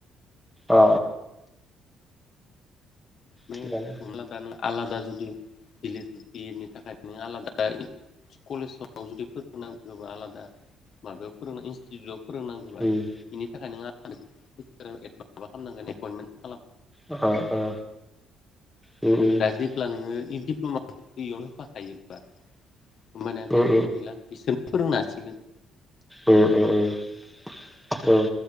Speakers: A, in the centre; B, on the left.
A: अ
B: <unintelligible>
A: थिगानो
B: आलादा जुद <unintelligible> थाखाय नों आलादा कलेजाव जुदि फोरोंनांगौबा आलादा माबायाव फोरोंनो इनस्टिटिउटआव फोरोंनांगोबा
A: उम
B: इनि थाखायनो आ <unintelligible> <unintelligible> खामनांगोन एद <unintelligible>
A: अह अ उम उम
B: दा जेब्ला नोङो ओ इ दिप्ल'माखौ इयावनो होफाखायोबा होमबानिया टेनसन
A: उम
B: गैला इसोर फोरोंनो हासिगोन।
A: उम उम उम उम